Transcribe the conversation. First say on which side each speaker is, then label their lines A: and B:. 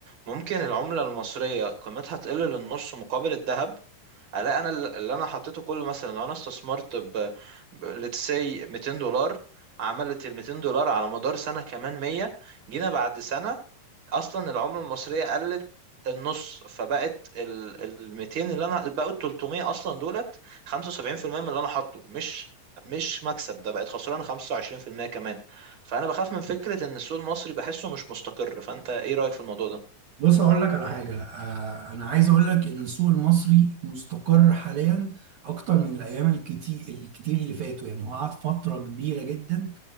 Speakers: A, on the right; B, on the right.
A: ممكن العملة المصرية قيمتها تقل للنص مقابل الذهب الاقي انا الل- اللي انا حطيته كله مثلا لو انا استثمرت ب, ب let's say 200 دولار عملت ال 200 دولار على مدار سنة كمان 100 جينا بعد سنة اصلا العملة المصرية قلت النص فبقت ال ال 200 اللي انا بقوا ال 300 اصلا دولت 75% من اللي انا حاطه مش مش مكسب ده بقت خسران 25% كمان فانا بخاف من فكرة ان السوق المصري بحسه مش مستقر فانت ايه رأيك في الموضوع ده؟
B: بص هقول لك على حاجة آه، أنا عايز أقول لك إن السوق المصري مستقر حاليا أكتر من الأيام الكتير الكتير اللي فاتوا يعني هو قعد فترة كبيرة جدا